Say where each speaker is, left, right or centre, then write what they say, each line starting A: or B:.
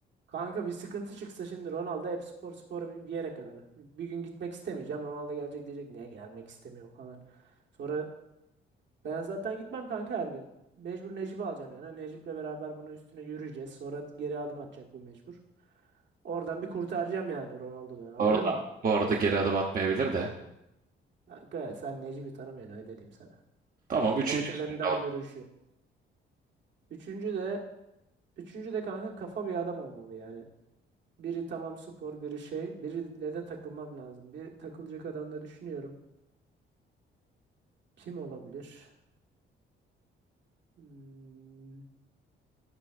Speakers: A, on the right; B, on the right.
A: kanka bir sıkıntı çıksa şimdi Ronaldo hep spor spor bir bir yere kadar. Bir gün gitmek istemeyeceğim. Ronaldo gelecek diyecek niye gelmek istemiyor falan. Sonra ben zaten gitmem kanka her gün. Mecbur Necip'i alacağım yani. Necip'le beraber bunun üstüne yürüyeceğiz. Sonra geri adım atacak bu mecbur. Oradan bir kurtaracağım yani Ronaldo'dan. Anladın
B: Orada.
A: mı?
B: Bu arada geri adım atmayabilir de.
A: Kanka sen Necip'i tanımıyorsun öyle diyeyim sana.
B: Tamam üçüncü
A: Polat Alemdar
B: ismin oldu.
A: yürüyüşü. Üçüncü de Üçüncü de kanka kafa bir adam olmalı yani. Biri tamam spor, biri şey. Biriyle de takılmam lazım. Bir takılacak adam da düşünüyorum. Kim olabilir? Hmm,